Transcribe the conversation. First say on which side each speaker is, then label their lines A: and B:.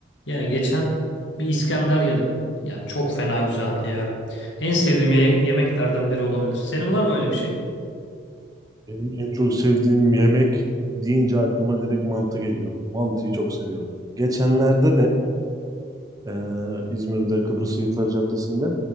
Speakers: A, on the left; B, on the right.
A: Ya geçen bir İskender yedim. Yani çok fena güzeldi ya. En sevdiğim ye- yemeklerden biri olabilir. Senin var mı öyle bir şey?
B: Benim en çok sevdiğim yemek deyince aklıma direkt mantı geliyor. Mantıyı çok seviyorum. Geçenlerde de e, İzmir'de Kıbrıs Şehitler Caddesi'nde